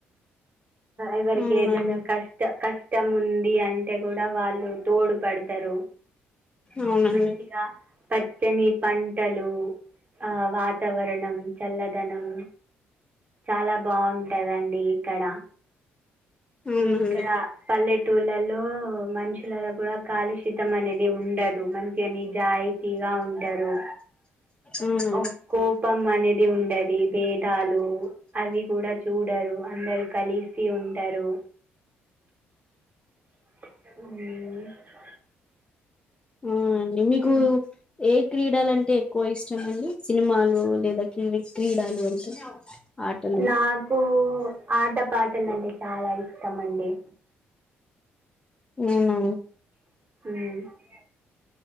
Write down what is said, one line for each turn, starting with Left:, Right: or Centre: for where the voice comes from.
Right: ఎవరికి
Left: అవునండి
Right: ఏదైనా కష్ట కష్టం ఉంది అంటే కూడా వాళ్ళు తోడుపడతారు
Left: అవునండి
Right: మంచిగా పచ్చని పంటలు ఆ వాతావరణం చల్లదనం చాలా బాగుంటదండి ఇక్కడ
Left: అవునండి
Right: ఇక్కడ పల్లెటూళ్లలో మనుషులలో కూడా కాలుషితం అనేది ఉండదు మంచి అని జాయితీగా ఉంటారు
Left: అవును
Right: ఒ కోపం అనేది ఇది ఉండది భేదాలు అవి కూడా చూడరు అందరు కలిస్త సీ ఉంటారు ఉమ్
Left: ఆ ఆండి మీకు
Right: ఉమ్,
Left: ఏ క్రీడలమ్టే క్కువ ఇష్టం అండి సినిమాలు లేదా కివి క్రీడాలు అంటే ఆటలు
Right: నాకు ఆటపాట లమ్టే చాలా ఇష్టం అండి
Left: అవున
Right: ఉమ్